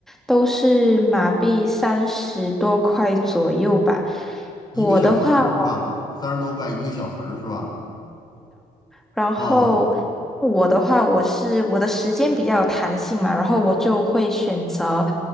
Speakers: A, in the centre; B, on the left.
A: 都是马币三十多块左右吧。
B: 一个嗯小时是吧？
A: 我的话，我
B: 三十多块一个小时是吧？
A: 然后我的话，
B: 哦，
A: 我是我的时间比较有弹性嘛，然后我就会选择